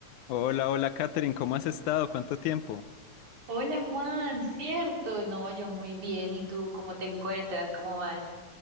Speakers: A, on the left (about 75°); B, on the right (about 65°).
A: Hola, hola Katherine, ¿cómo has estado? ¿Cuánto tiempo?
B: Hola Juan, cierto, no, yo muy bien, ¿y tú cómo te encuentras? ¿Cómo vas?